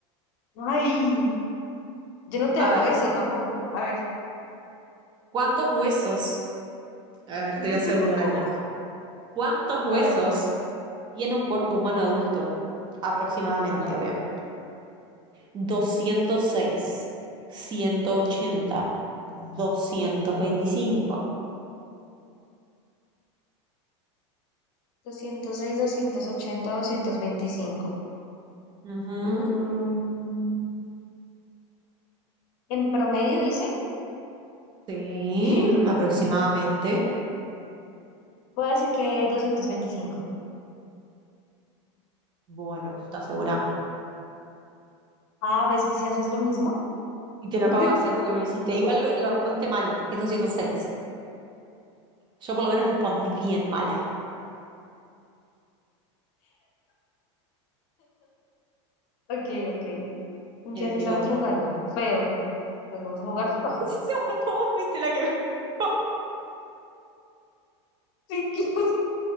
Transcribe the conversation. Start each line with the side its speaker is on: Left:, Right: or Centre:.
Left: Ay, yo no te hago
Right: A ver,
Left: eso tampoco. A ver,
Right: ¿cuántos huesos? A ver,
Left: <laughs>
Right: te voy a hacer dudar en esta. ¿Cuántos huesos
Left: a ver,
Right: tiene un cuerpo humano adulto? Aproximadamente,
Left: ajá.
Right: obviamente. Doscientos seis, ciento ochenta, doscientos veinticinco.
Left: 206, 280, 225.
Right: Ujú,
Left: Mm, en promedio, dice.
Right: Sí,
Left: <laughs> En promedio.
Right: aproximadamente.
Left: Voy a decir que 225.
Right: Bueno, ¿estás segura?
Left: Ah, ¿ves que si haces lo mismo?
Right: Y te lo
Left: <laughs>
Right: acabo de hacer porque me lo hiciste. Igual lo, lo respondiste mal, es 206. Yo por lo menos respondí bien mala.
Left: Ok, ok. en
Right: Quiero,
Left: que así
Right: quiero
Left: estamos
Right: otra.
Left: jugando. Feo. Pues vamos a jugar feo.
Right: <laughs> Vos fuiste la que... <laughs>
Left: <laughs> Si quieres-